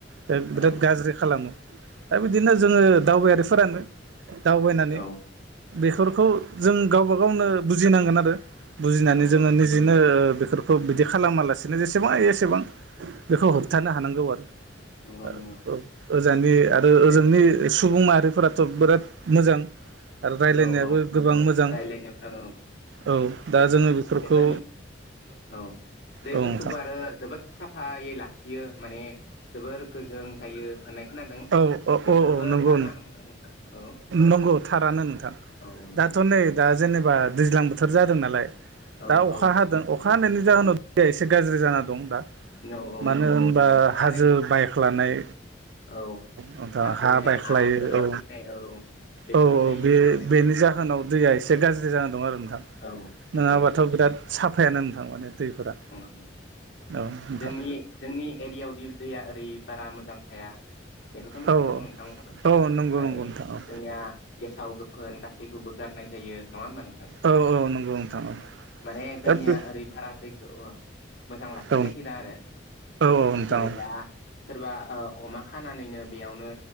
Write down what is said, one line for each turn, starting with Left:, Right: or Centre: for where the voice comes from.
Right: दा बिराद
Left: औ
Right: गाज्रि खालामो दा बिदिनो जोङो दावबायारिफोरानो दावबायनानै
Left: औ
Right: बेफोरखौ जों गावबा गावनो बुजिनांगोन आरो बुजिनानै
Left: नंगौ
Right: जोङो निजि ओ बेफोरखौ बिदि खालामा लासिनो जेसेबां हायो एसेबां बेखौ होबथानो हानांगौ आरो
Left: नंगौ
Right: ओ
Left: नंगौ
Right: ओ ओजानि आरो
Left: बे
Right: ओजोंनि सुबुं माहारिफोराथ' बिराद मोजां आरो राय्लायनायाबो
Left: औ औ
Right: गोबां मोजां
Left: रायलायनो औ
Right: औ दा
Left: बेफोर
Right: जोङो बेफोरखौ
Left: बेफोरनि औ दैफोरखौबो
Right: औ नोंथां
Left: आरो जोबोद साफायै लाखियो माने जोबोर गोजों जायो होननाय खोनादों
Right: औ औ
Left: बेफोरबो
Right: औ औ नंगौ
Left: थार ना नोंथां औ
Right: नंगौ थारानो नोंथां
Left: औ नंगौ
Right: दाथ' नै दा जेनेबा दैज्लां बोथोर जादों नालाय
Left: औ
Right: दा अखा
Left: औ
Right: हादों अखा अखा हानायनि जाहोनाव एसे गाज्रि जाना दं दा
Left: औ औ
Right: मानो
Left: नंगौ
Right: होनबा
Left: अखानायै
Right: हाजो बायख्लानाय
Left: औ
Right: नोंथां
Left: हाजोनिफ्राय
Right: हा बायख्लायो
Left: हाफोरा
Right: औ
Left: फैनाय औ बेफोरो
Right: औ -औ
Left: फैनानै
Right: बे बेनि जाहोनाव दैया एसे गाज्रि जानानै दं आरो नोंथां
Left: औ नंगौ
Right: नङाबाथ' बिराद साफायानो नोंथां माने दैफोरा
Left: ओम
Right: औ नोंथां
Left: जोंनि -जोंनि एरियावदि दैया ओरै बारा मोजां थाया बेखौथ' मिथिखागौ
Right: औ
Left: नोंथांमोनाबो
Right: औ नंगौ
Left: माने
Right: नंगौ नोंथां
Left: जोंनिया
Right: औ
Left: गेसाव गोफोन गासैखौबो गारनाय होयो नङा होनबा नोंथां
Right: औ -औ नंगौ नोंथां औ
Left: माने जोंनिया
Right: दा बे
Left: ओरै भारा दैखौ औ मोजां लाखिनो
Right: औ
Left: नागिरा आरो
Right: औ नोंथां
Left: जेरै
Right: औ
Left: दा सोरबा ओ अमा खानानैनो बेयावनो